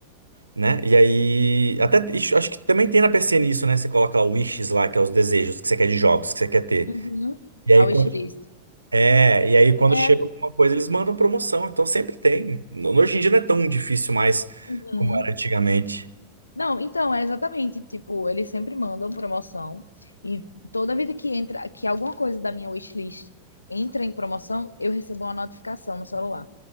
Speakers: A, on the right; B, on the left.
A: né? E aí até ixi, acho que também tem na PCN isso, né? Você coloca lá o wishes lá, que é os desejos que você quer de jogos que você quer ter.
B: Uhum.
A: E
B: A
A: aí,
B: wishlist.
A: quando É, e aí quando
B: É.
A: chega alguma coisa, eles mandam promoção, então sempre tem. No- Hoje em dia não é tão difícil mais
B: Uhum.
A: como era antigamente.
B: Não, então, é exatamente, tipo, eles sempre mandam promoção e toda vida que entra, que alguma coisa da minha wishlist entra em promoção, eu recebo uma notificação no celular.